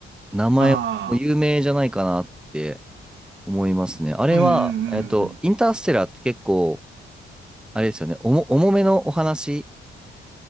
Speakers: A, in the centre; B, on the right.
A: 名前も有名じゃないかなって
B: あ、ああ、
A: 思いますね。あれは、
B: うん、うん、
A: えっと、
B: うん、
A: インターステラーって結構、あれですよね、重重めのお話